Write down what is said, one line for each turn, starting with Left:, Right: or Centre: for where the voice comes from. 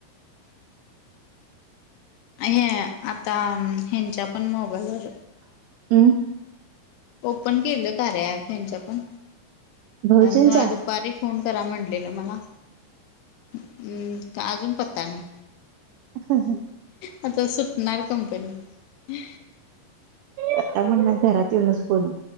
Left: आणि आता ह्यांच्या पण मोबाईलवर
Right: अम.
Left: ओपन केले आर्या ॲप यांचे पण
Right: भाऊजींचा
Left: त्यांचा अजून दुपारी फोन करा म्हटलेलं मला हम्म त अजून पत्ता नाही.
Right: <unintelligible>
Left: पण ते सुटणार कंपनी.
Right: आता म्हणना घरात येऊनच बोल